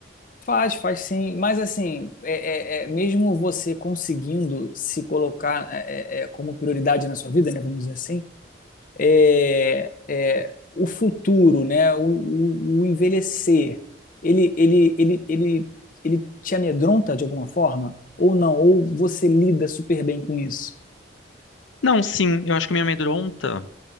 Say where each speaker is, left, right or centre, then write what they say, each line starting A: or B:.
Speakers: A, on the left; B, on the left.
A: faz, faz sim, mas assim, é, é- é, mesmo você conseguindo se colocar é, é, é, como prioridade na sua vida, né, vamos dizer assim, é, é, o futuro, né? O, o- o envelhecer, ele, ele, ele, ele, ele te amedronta de alguma forma? Ou não? Ou você lida super bem com isso?
B: Não, sim, eu acho que me amedronta.